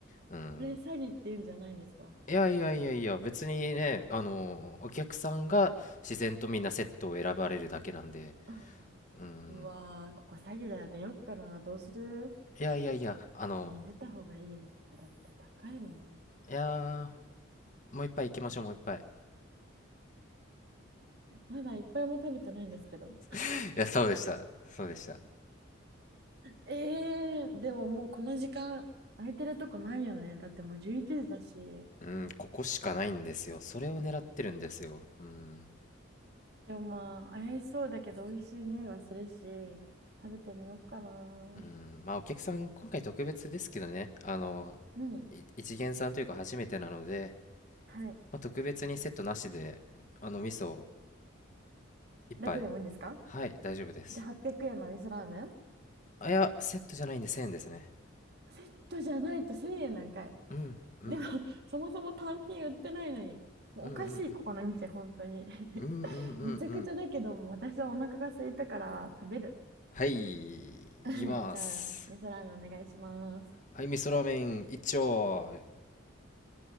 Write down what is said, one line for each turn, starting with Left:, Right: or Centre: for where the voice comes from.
Left: うん、
Right: それ詐欺って言うんじゃないんですか
Left: いやいやいやいや、別にね、あの、お客さんが自然とみんなセットを選ばれるだけなんで、
Right: <laughs>
Left: うん。
Right: うわー、ここ詐欺だよ。出よっかな。どうする
Left: いやいやいや、あの、
Right: ね、出た方がいいよね、ここだって。高いもん。
Left: いやー、もう一杯行きましょう、もう一杯。
Right: まだいっぱいも食べてないんですけど。
Left: <laughs> いや、そうでした。そうでした。
Right: ええーでももうこの時間空いてるとこないよね。だってもう11時だし。
Left: うん、ここしかないんですよ。それを狙ってるんですよ。うん。
Right: でもまあ、怪しそうだけど美味しい匂いはするし、食べてみようかな。
Left: うん、まあ、お客さん、今回特別ですけどね、あの、
Right: うん。
Left: い一元さんというか初めてなので、
Right: はい。
Left: まあ、特別にセットなしで、あの、味噌一杯。
Right: だけでもいいんですか
Left: はい、大丈夫です。
Right: じゃあ800円の味噌ラーメン
Left: あ、いや、セットじゃないんで1000円ですね。
Right: セットじゃないと1000円なんかい。
Left: うんうん
Right: でも、<laughs> そもそも単品売ってないのに、もうおかしい、
Left: うんうん
Right: ここの店、本当に。<laughs>
Left: うんうんうんうんうん
Right: めちゃくちゃだけども、私はお腹が空いたから食べる。
Left: はいいきます
Right: <laughs> じゃあ、味噌ラーメンお願いします。
Left: はい味噌ラーメン一丁